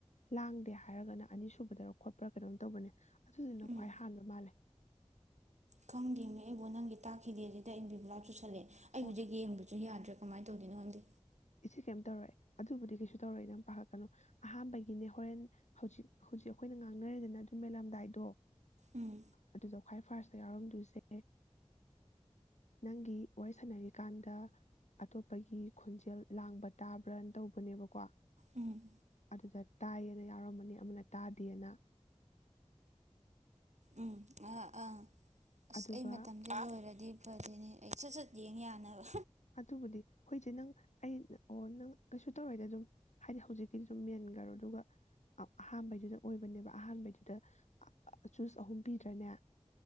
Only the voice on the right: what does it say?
ꯎꯝ
ꯈꯪꯗꯦꯅꯦ ꯑꯩꯕꯨ ꯅꯪꯒꯤ ꯇꯥꯈꯤꯗꯦ ꯑꯗꯨꯗ ꯏꯟꯕꯤꯕꯨ ꯜꯂꯛꯦ ꯑꯩ
ꯍꯧꯖꯤꯛ ꯌꯦꯡꯕꯁꯨ ꯌꯥꯗ꯭ꯔꯦ ꯀꯃꯥꯏꯅ ꯅꯤꯅ ꯍꯗꯤ
ꯎꯝ
ꯎꯝ
ꯎꯝ ꯑ ꯑꯥ ꯑꯁ
ꯑꯩ ꯃꯇꯝ ꯆꯥ ꯑꯣꯏꯔꯗꯤ ꯐ ꯑꯗꯨꯅꯦ ꯑꯩ ꯁꯠ ꯁꯠ ꯌꯦꯡ ꯌꯥꯅꯕ